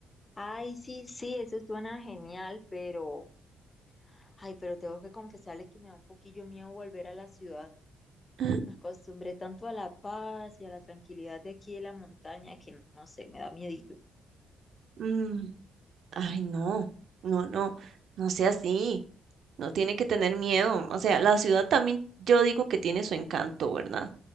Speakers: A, on the left; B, on the right.
A: Ay, sí, sí, eso suena genial, pero, ay, pero tengo que confesarle que me da un poquillo miedo volver a la ciudad.
B: <clears throat>
A: Me acostumbré tanto a la paz y a la tranquilidad de aquí de la montaña que no sé, me da miedillo.
B: Mm, Ay, no, no, no, no sea así. No tiene que tener miedo. O sea, la ciudad también, yo digo que tiene su encanto, ¿verdad?